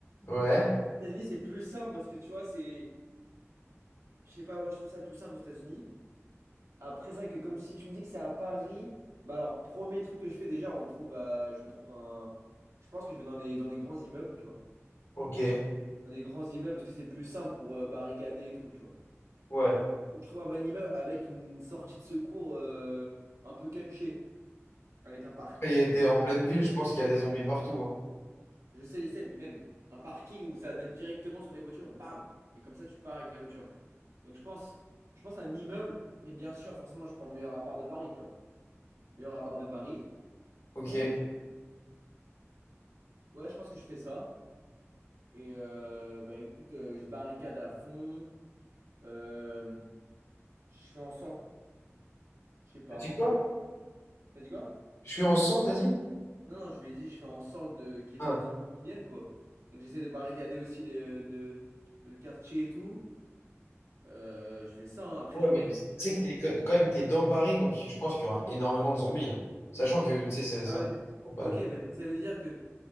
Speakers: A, on the left; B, on the right.
A: Ouais.
B: C'est vrai que Les États-Unis, c'est plus simple parce que tu vois, c'est. Je sais pas, moi, je trouve ça plus simple aux États-Unis. Après, c'est vrai que comme si tu me dis que c'est à Paris, bah alors, premier truc que je fais déjà, on trouve à- je trouve un. Je pense que je vais dans les, dans les grands immeubles, tu vois.
A: Ok. Ouais.
B: dans des grands immeubles parce que c'est plus simple pour euh, barricader et tout, tu vois.
A: Ouais.
B: Je trouve un bon immeuble avec une sortie de secours euh, un peu cachée, avec un parking.
A: Il était
B: ou un-
A: en pleine ville, je pense qu'il y a des zombies partout. hein.
B: Je sais, je sais, mais même un parking où ça mène directement sur des voitures, bam! Et comme ça, tu pars avec la voiture. Donc je pense, je pense à un immeuble, mais bien sûr, forcément, je prends le meilleur appart de Paris, tu vois. Meilleur appart de Paris,
A: Ok.
B: ou, ouais, je pense que je fais ça. Et euh, bah écoute, euh, je barricade à fond. Euh, je fais en sorte, je sais pas,
A: T'as
B: en
A: dit
B: vrai,
A: quoi?
B: ouais. T'as dit quoi?
A: Je suis en 100, t'as dit?
B: Non, non, je lui ai dit, je fais en sorte de qu'il n'y
A: Ah.
B: ait pas de zombies qui viennent, quoi. Donc j'essaie de barricader aussi le, le, le quartier et tout. Euh, je fais ça, hein. Après
A: Ouais,
B: je
A: mais
B: vais
A: tu
B: forcément...
A: sais que t'es quand quand même t'es dans Paris, donc je pense qu'il y aura énormément de zombies. hein. Sachant que, tu sais, c'est c'est
B: Ah bah
A: un truc
B: je...
A: qui se propage.
B: Ok, bah, donc ça veut dire que...